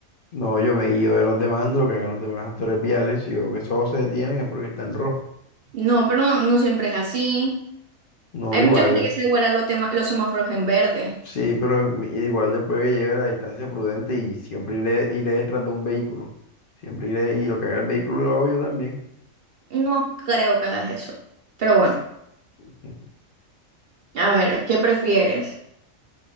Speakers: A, on the left; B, on the right.
A: No, yo me guío de los demás, de lo que hagan los demás actores viales. Si veo que esos se detienen es porque están rojos.
B: No, pero no, no siempre es así.
A: No,
B: Hay
A: igual.
B: mucha gente que se vuela los, tema- los semáforos en verde.
A: Sí, pero mi- igual después que lleve la distancia prudente y siempre iré, iré detrás de un vehículo. Siempre iré y lo que haga el vehículo lo hago yo también.
B: No creo que hagas eso. Pero bueno,
A: <laughs>
B: a ver, ¿qué prefieres?